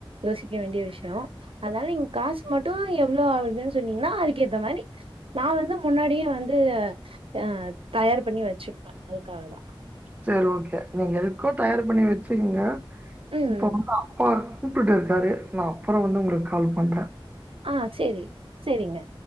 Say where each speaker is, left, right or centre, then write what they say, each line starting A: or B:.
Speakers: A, on the right (about 75°); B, on the right (about 15°).
A: யோசிக்க வேண்டிய விஷயோ அதனால நீங்க காசு மட்டு எவ்வளோ ஆகுதுன்னு சொன்னீங்கன்னா அதுக்கு ஏத்தா மாரி நா வந்து முன்னாடியே வந்து ஆ தயார் பண்ணி வச்சிப்பே அதுக்காக தா
B: சேரி ஓகே நீங்க எதுக்கோ தயார் பண்ணி வெச்சுகுங்க
A: ம்
B: இப்ப வந்து அப்பா கூப்டு இருக்காரு நா அப்புறோ வந்து உங்களுக்கு கால் பண்றே
A: ஆ சேரி சேரிங்க